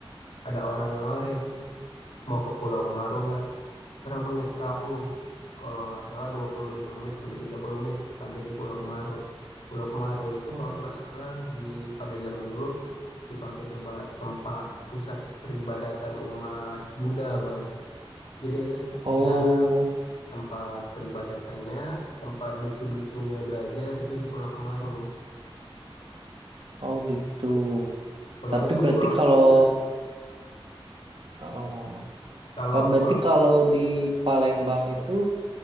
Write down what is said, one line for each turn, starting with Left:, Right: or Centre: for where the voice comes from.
Left: ada orang nawarin, mau ke Pulau Kemaru nggak? terabang naik perahu, kalau nggak salah 25 menit sampai 30 menit sampai di Pulau Kemaro. Pulau Kemaro itu
Right: Oh.
Left: kalau nggak salah di pada zaman dulu dipakai sebagai tempat pusat peribadatan umat Buddha, Bang. Jadi ada
Right: Oh.
Left: di sana tempat peribadatannya, tempat biksu-biksunya belajar itu di Pulau Kemaro.
Right: Oh gitu.
Left: Pulaunya
Right: Tapi
Left: tuh
Right: berarti
Left: pulau
Right: kalau
Left: iya,
Right: oh,
Left: kalau
Right: kan
Left: apa
Right: berarti
Left: Bang?
Right: kalau di Palembang itu